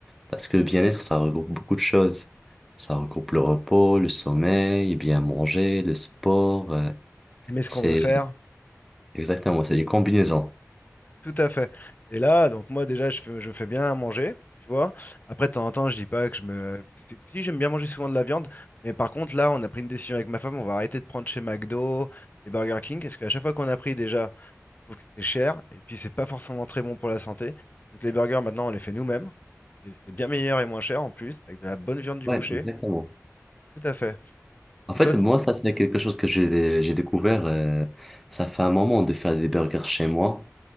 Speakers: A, in the centre; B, on the left.
A: parce que le bien-être, ça regroupe beaucoup de choses. Ça regroupe le repos, le sommeil, bien manger, le sport. euh,
B: Mais ce
A: c'est
B: qu'on veut faire.
A: exactement, c'est une combinaison.
B: Tout à fait. Et là, donc moi déjà, je fais, je fais bien à manger, tu vois. Après, de temps en temps, je dis pas que je me... Si, si, j'aime bien manger souvent de la viande, mais par contre, là, on a pris une décision avec ma femme, on va arrêter de prendre chez McDo et Burger King, parce qu'à chaque fois qu'on a pris, déjà, on trouve que c'est cher, et puis c'est pas forcément très bon pour la santé. Donc les burgers, maintenant, on les fait nous-mêmes, et c'est bien meilleur et moins cher en plus, avec de la bonne viande du
A: Ouais,
B: boucher.
A: exactement.
B: Tout à fait.
A: En
B: Et
A: fait,
B: toi, tout
A: moi, ça, c'est quelque chose que j'ai j'ai découvert. euh, ça fait un moment de faire des burgers chez moi.